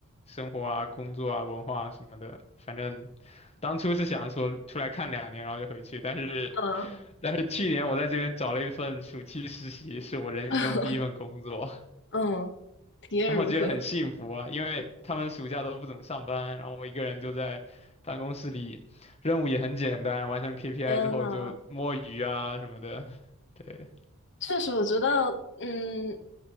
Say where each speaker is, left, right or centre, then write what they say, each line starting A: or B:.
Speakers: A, on the left (about 30°); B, on the left (about 55°).
A: 生活啊、工作啊、文化啊什么的。反正当初是想说出来看两年，然后就回去，但是
B: 嗯
A: 但是去年我在这边找了一份暑期实习，是我人生中第一份工作，
B: <laughs> 嗯，体验如何？
A: 然后觉得很幸福啊，因为他们暑假都不怎么上班，然后我一个人就在。办公室里，任务也很简单，完成 KPI
B: 天呐，
A: 之后就摸鱼啊什么的，对，
B: 确实，我觉得，嗯，